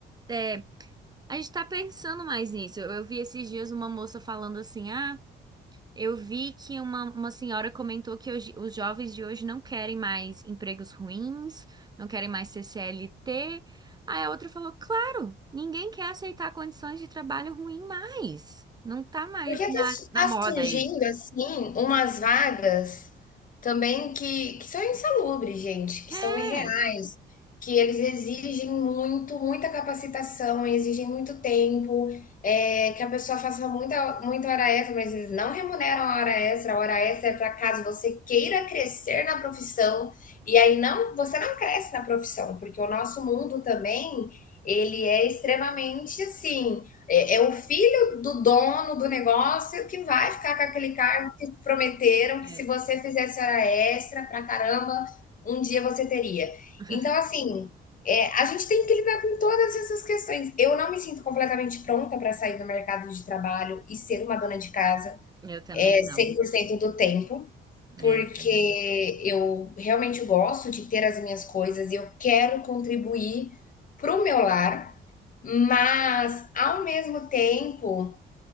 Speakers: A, on the right (about 20°); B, on the left (about 45°).
A: é, a gente tá pensando mais nisso. Eu, eu vi esses dias uma moça falando assim, ah. Eu vi que uma, uma senhora comentou que hoje, os jovens de hoje não querem mais empregos ruins, não querem mais ser CLT. Aí a outra falou: claro, ninguém quer aceitar condições de trabalho ruim mais. Não tá mais
B: Porque está
A: na, na moda
B: surgindo,
A: isso.
B: assim, umas vagas também que, que são insalubres, gente, que
A: É.
B: são irreais, que eles exigem muito, muita capacitação, exigem muito tempo, é, que a pessoa faça muita, muita hora extra, mas eles não remuneram a hora extra. A hora extra é para caso você queira crescer na profissão, e aí não, você não cresce na profissão, porque o nosso mundo também, ele é extremamente, assim, é, é o filho do dono do negócio que vai ficar com aquele cargo que te prometeram
A: É,
B: que se você fizesse hora extra pra caramba, um dia você teria.
A: <laughs>
B: Então, assim, é, a gente tem que lidar com todas essas questões. Eu não me sinto completamente pronta para sair do mercado de trabalho e ser uma dona de casa
A: Eu também
B: é,
A: não.
B: cem por cento do tempo, porque
A: É, eu também não.
B: eu realmente gosto de ter as minhas coisas e eu quero contribuir para o meu lar, mas ao mesmo tempo